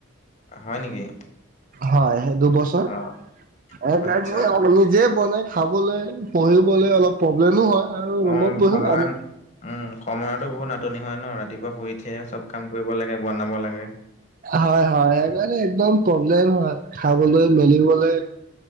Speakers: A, on the left; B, on the right.
A: অ, হয় নেকি?
B: হয় সেই দুবছৰ,
A: অ',
B: অ
A: আচ্ছা
B: তাত মই নিজে বনাই খাবলৈ, পঢ়িবলে অলপ প্ৰব্লেমো হয় আৰু
A: অ',
B: ৰুমত বহিও
A: সময়
B: আম
A: উম, সময়তো বহুত নাটনি হয় ন! ৰাতিপুৱা শুই উঠিয়ে চব কাম কৰিব লাগে, বনাব লাগে।
B: হয়-হয়, সেইকাৰণে একদম প্ৰব্লেম হয় খাবলৈ-মেলিবলৈ।